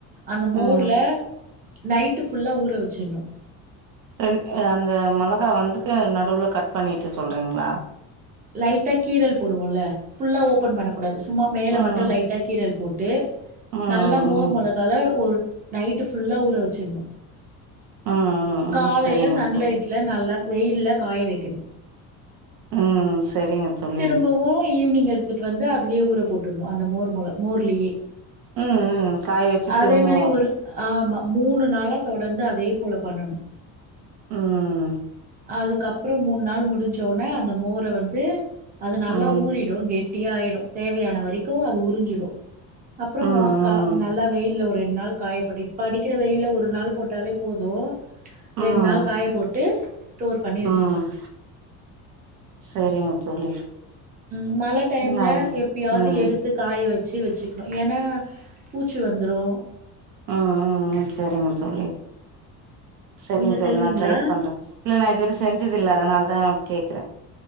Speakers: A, on the right (about 20°); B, on the right (about 60°).
A: அந்த மோர்ல
B: ம்
A: நைட்டு ஃபுல்லா ஊற வச்சிர்னு
B: ரெண் அ அந்த மெளகா வந்துக்கு நடுவ்ல கட் பண்ணிட்டு சொல்றீங்ளா
A: லைட்டா கீறல் போடுவோல்ல ஃபுல்லா ஓபன் பண்ண கூடாது சும்மா மேல
B: ம்
A: மட்டு லைட்டா கீறல் போட்டு
B: ம் ம்
A: நல்லா மோர் மொளகால ஒரு நைட்டு ஃபுல்லா ஊற வச்சுட்ணு
B: ம் ம்
A: காலைல
B: ம் சரிங்க
A: சன்லைட்ல
B: தோழி
A: நல்லா வெயில்ல காய வக்கெணு
B: ம் சரிங்க தோழி
A: திரும்பவு ஈவ்னிங் எடு த்துட்டு வந்து அதுலயே ஊற போட்டுட்ணு அந்த மோர் மொள மோர்லயே
B: ம் ம் காய வச்சு
A: அதே
B: திரும்பவு
A: மாரி ஒரு ஆமா மூணு நாளா தொடந்து அதே போல பண்ணணு
B: ம்
A: அதுக்கப்றோ மூண் நாள் முடுஞ்சோன அந்த மோர வந்து அது நல்லா
B: ம்
A: ஊறிடு கெட்டியா ஆயிடு தேவையான வரைக்கு அது உறிஞ் சிடு அப்றமொ
B: ம்
A: க
B: ம்
A: நல்லா வெயில்ல ஒரு ரெண் நாள் காயப்போட்டு இப்ப அடிக்கிற வெயில்ல ஒரு நாள் போட்டாலே போது ரெண்
B: ம்
A: நாள் காய போட்டு ஸ்டோர் பண்ணி வச்சுக்கலாம்.
B: ம் செரிங்க தோழி
A: ம் மழ டைம்ல
B: ம்
A: எப்பயாவுது
B: ம்
A: எடுத்து
B: ம்
A: காய வ ச்சு வச்சுக்கனு ஏனா பூச்சி வந்துரு
B: ம் ம் ம் செரிங்க தோழி செரிங்க
A: நீங்க
B: தோழி
A: செய்வீங்களா?
B: நா ட்ரை பண்றே இல்ல நா இதுவர செஞ்சதுல்ல அதுனால் தா கேக்குறே